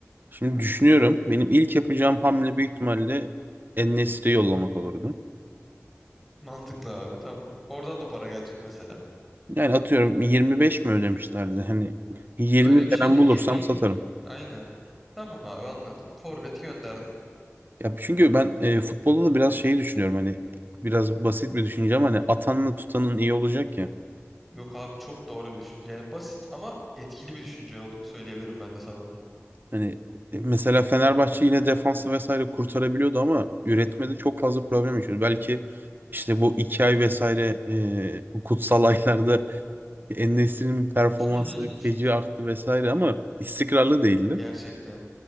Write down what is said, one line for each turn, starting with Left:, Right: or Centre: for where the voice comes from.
Right: Şimdi düşünüyorum. Benim ilk yapacağım hamle büyük ihtimalle en yollamak olurdu.
Centre: Mantıklı abi tamam. Oradan da para gelecek mesela.
Right: Yani atıyorum 25 mi ödemişlerdi? Hani 20
Centre: Öyle
Right: veren
Centre: bir şeydi.
Right: bulursam
Centre: 20
Right: satarım.
Centre: aynen. Tamam abi anladım. Forvet gönderdin.
Right: Ya çünkü ben e, futbolda da biraz şeyi düşünüyorum hani biraz basit bir düşünce ama hani atanla tutanın iyi olacak ya.
Centre: Yok abi çok doğru bir düşünce. Yani basit ama etkili bir düşünce olduğunu söyleyebilirim ben de sana onu.
Right: Hani e, mesela Fenerbahçe yine defansı vesaire kurtarabiliyordu ama üretmede çok fazla problem yaşıyordu. Belki işte bu iki ay vesaire e, bu kutsal <laughs> aylarda En-Nesyri'nin performansı
Centre: <laughs>
Right: feci arttı vesaire ama istikrarlı değildi.
Centre: Gerçekten.